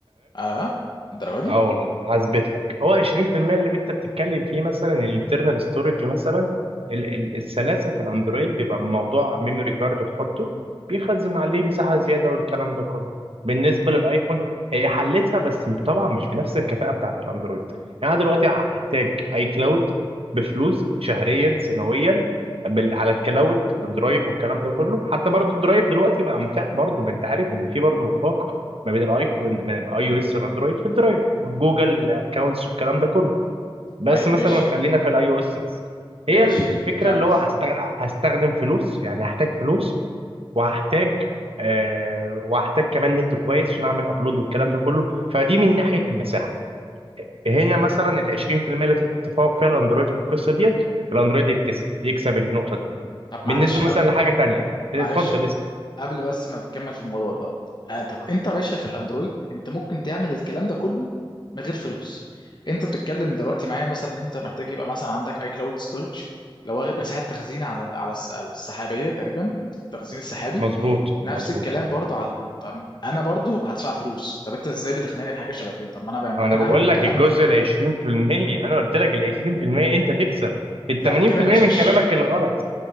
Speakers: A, on the left (about 50°); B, on the right (about 80°).
A: اه الدرجه دي
B: اه والله هثبت لك هو 20% اللي انت بتتكلم فيه مثلا الانترنال ستورج مثلا ال- ال- السلاسه في الاندرويد بيبقى موضوع ميموري كارد تحطه بيخزن عليه مساحه زياده والكلام ده كله بالنسبه للايفون هي حلتها بس طبعا مش بنفس الكفاءه بتاعت الاندرويد يعني انا دلوقتي هحتاج اي كلاود بفلوس شهريا سنويا بال... على الكلاود والدرايف والكلام ده كله حتى برضو الدرايف دلوقتي بقى متاح برضو ما انت عارف ان في برضو مفاق ما بين الايفون من اي او اس والاندرويد في الدرايف والجوجل اكونتس والكلام ده كله بس
A: طيب
B: مثلا
A: ماشي
B: خلينا في الاي او اس بس
A: ماشي
B: هي ال- الفكره
A: كمل
B: اللي هو هستغ- هستخدم فلوس يعني هحتاج فلوس وهحتاج آه وهحتاج كمان نت كويس عشان اعمل ابلود والكلام ده كله فدي من ناحيه المساحه هنا مثلا ال 20% اللي تتفوق فيها الاندرويد في القصه ديت الاندرويد يكتسب يكسب النقطه دي
A: طب معلش
B: بالنسبه
A: أ-
B: مثلا لحاجه تانيه اتفضل
A: معلش
B: اسال
A: قبل بس ما تكمل في الموضوع ده آه طب انت يا باشا في الاندرويد انت ممكن تعمل الكلام ده كله من غير فلوس انت بتتكلم دلوقتي معايا مثلا انت محتاج يبقى مثلا عندك اي كلاود ستورج لو هو مساحه تخزين على ال- على الس- السحابيه تقريبا التخزين السحابي
B: مظبوط
A: نفس
B: مظبوط
A: الكلام برضه على جوجل طب انا برضه هدفع فلوس طب انت ازاي بتقنعني بحاجه شبه كده طب ما انا بقى ممكن
B: آه، انا بقول
A: اعمل الكلام
B: لك الجزء
A: ده كله
B: ال 20% انا قلت لك ال 20% انت تكسب ال
A: لا
B: 80%
A: ده كده مش
B: من
A: هش
B: كلامك الغلط